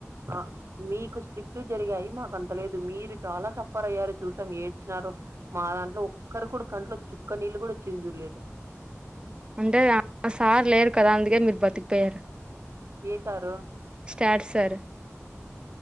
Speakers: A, on the right; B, on the right.
A: ఆ మీకు స్ట్రిక్ట్ జరిగాయి మాకు అంత లేదు మీరు చాలా సఫ్ఫర్ అయ్యారు చూసాం ఏడ్చినారు మా దాంట్లో ఒక్కరు కూడా కంట్లో చుక్క నీళ్ళు కూడా చ్చుం చుడ్లేదు
B: అంటే అ సార్ లేరు కదా అందుకే మీరు బతికిపోయారు
A: ఏ సారు
B: ఫ్యాడ్ సార్